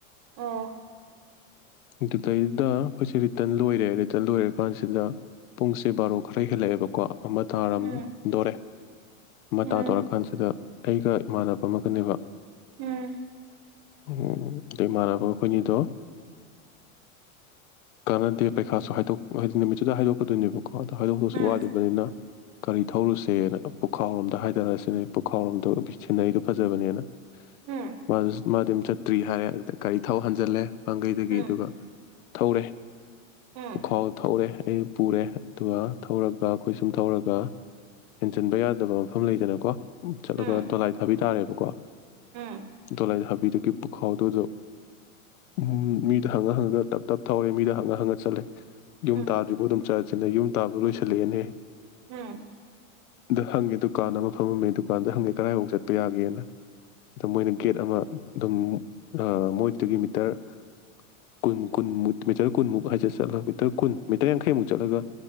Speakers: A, on the right (about 40°); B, on the left (about 85°).
A: ꯑꯣ
B: ꯑꯗꯨꯗꯩꯗ ꯑꯩꯈꯣꯏꯁꯦ ꯔꯤꯇꯟ ꯂꯣꯏꯔꯦ ꯔꯤꯇꯟ ꯂꯣꯏꯔꯀꯥꯟꯁꯤꯗ ꯄꯨꯡꯁꯦ ꯕꯥꯔꯣ ꯈꯔ ꯍꯦꯜꯂꯛꯑꯦꯕꯀꯣ ꯑꯃ ꯇꯥꯔꯝ-ꯗꯣꯔꯦ
A: ꯎꯝ
B: ꯑꯃ
A: ꯎꯝ
B: ꯇꯥꯗꯣꯔꯀꯥꯟꯁꯤꯗ ꯑꯩꯒ ꯏꯃꯥꯟꯅꯕ ꯑꯃꯒꯥꯅꯦꯕ
A: ꯎꯨꯝ
B: ꯎꯝ ꯑꯗꯨ ꯏꯃꯥꯟꯅꯕ ꯈꯣꯏꯅꯤꯗꯣ ꯀꯥꯟꯅꯗꯦ ꯄꯩꯈꯥꯁꯨ ꯍꯥꯏꯗꯣꯛ ꯍꯥꯏꯗꯤ ꯅꯨꯃꯤꯠꯇꯨꯗ ꯍꯥꯏꯗꯣꯛꯀꯗꯣꯏꯅꯦꯕ ꯈꯥꯗꯣ ꯍꯥꯏꯗꯣꯛꯇꯧꯁꯨ
A: ꯎꯝ
B: ꯋꯥꯠꯂꯤꯕꯅꯤꯅ ꯒꯔꯤ ꯊꯧꯔꯨꯁꯦꯅ ꯄꯨꯈꯥꯎꯔꯣꯝꯗ ꯍꯥꯏꯗꯔꯛꯑꯁꯤ ꯄꯨꯈꯥꯎꯔꯣꯝꯗ ꯁꯤꯟꯅꯔꯤꯗꯣ ꯐꯖꯕꯅꯦꯅ
A: ꯎꯝ
B: ꯃꯥ ꯃꯥꯗꯤꯝ ꯆꯠ ꯇ꯭ꯔꯤ ꯍꯥꯏꯔꯦ ꯒꯥꯔꯤ ꯊꯥꯎ ꯍꯥꯟꯖꯤꯜꯂꯦ ꯄꯥꯡꯒꯩꯗꯒꯤ
A: ꯎꯝ
B: ꯑꯗꯨꯒ ꯊꯧꯔꯦ
A: ꯎꯝ ꯎꯝ
B: ꯄꯨꯈꯥꯎꯗ ꯊꯧꯔꯦ ꯑꯩꯁ ꯄꯨꯔꯦ ꯑꯗꯨꯒ ꯊꯧꯔꯒ ꯑꯩꯈꯣꯏ ꯁꯨꯝ ꯊꯧꯔꯒ ꯍꯦꯟꯖꯟꯕ ꯌꯥꯗꯕ ꯃꯐꯝ ꯂꯩꯗꯅꯀꯣ ꯎꯨꯝ ꯆꯠꯂꯒ
A: ꯎꯝ
B: ꯗꯣꯂꯥꯏ ꯊꯥꯕꯤ ꯇꯔꯦꯕ ꯀꯣ
A: ꯎꯝ
B: ꯗꯣꯂꯥꯏ ꯊꯥꯕꯤꯗ ꯍꯤꯞꯄ ꯈꯥꯎꯗꯣꯗꯨ ꯎꯝ ꯃꯤꯗ ꯍꯪꯉ-ꯍꯪꯉꯒ ꯇꯞ ꯇꯞ ꯊꯧꯔꯦ ꯃꯤꯗ ꯍꯪꯉ-ꯍꯪꯉ ꯆꯠꯂꯦ ꯌꯨꯝ
A: ꯎꯝ
B: ꯇꯥꯗ꯭ꯔꯤꯕꯥꯎ ꯑꯗꯨꯝ ꯆꯠ ꯁꯤꯅ ꯌꯨꯝ ꯇꯥꯕ ꯂꯣꯏꯁꯤꯜꯂꯦꯑꯦꯅꯦ
A: ꯎꯨꯝ
B: ꯗ ꯍꯪꯉꯦ ꯗꯨꯀꯥꯟ ꯑꯃ ꯐꯝꯃꯝꯃꯦ ꯗꯨꯀꯥꯟꯗ ꯍꯪꯉꯦ ꯀꯗꯥꯥꯏꯐꯥꯎ ꯆꯠꯄ ꯌꯥꯒꯦꯅ ꯑꯗ ꯃꯣꯏꯅ ꯒꯦꯠ ꯑꯃ ꯑꯗꯨꯝ ꯑꯥ ꯃꯣꯏꯗꯒꯤ ꯃꯤꯇꯔ ꯀꯨꯟ ꯀꯨꯟꯃꯨ ꯃꯤꯇꯔ ꯀꯨꯟꯃꯨꯛ ꯍꯥꯏꯁꯦ ꯆꯠꯂꯒ ꯃꯤꯇꯔ ꯀꯨꯟ ꯃꯤꯇꯔ ꯌꯥꯡꯈꯩꯃꯨꯛ ꯆꯠꯂꯒ